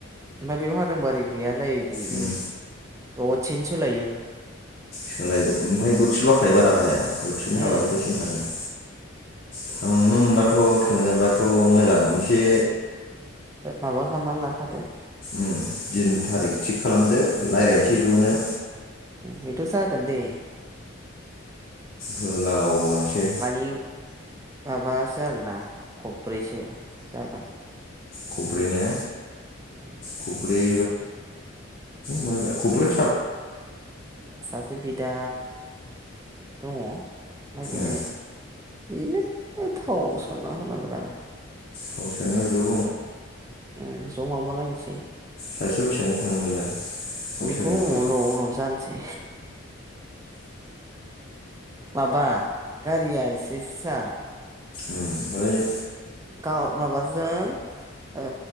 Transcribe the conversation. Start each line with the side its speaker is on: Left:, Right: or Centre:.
Right: ओमफ्राय बेयाव हादोंबारि गैया जायो बिदि
Left: उम
Right: ओ। द सेनो सोलायो।
Left: सोलाय ओमफ्राय दरसेल'खायो बारा हाया दरसेनो
Right: उम
Left: हाबाय दरसेनो थाङो। थांनो मोनबाथ। थ' थाङोबा। थ' मोजां एसे।
Right: माबा खामना लाखादो।
Left: उ दिन थारिख थिग खालामदो रायज्लायसै ज'नो।
Right: बेद' जागोन दे।
Left: होलागावावलांसै।
Right: मानि माबासो आरोना खब्रैसो जागोन।
Left: खब्रैनो।
Right: उम
Left: खब्रै। मा खब्रै।
Right: सासे बिदा। दङ। माय बिनो।
Left: ओ
Right: बेनो थाव सनना होनांगोन आरो।
Left: फाव सानायाव जओ।
Right: उ जमाबा लायसै।
Left: सासेयाव बेसेबां थाङो बेलाय गावसोरनिवावलाय।
Right: बेखौ उनाव
Left: <inaudible>
Right: उनाव जानोसै माबा गारिया एसि फिसा।
Left: ओमफ्राय‌।
Right: गाव माबाजों ओ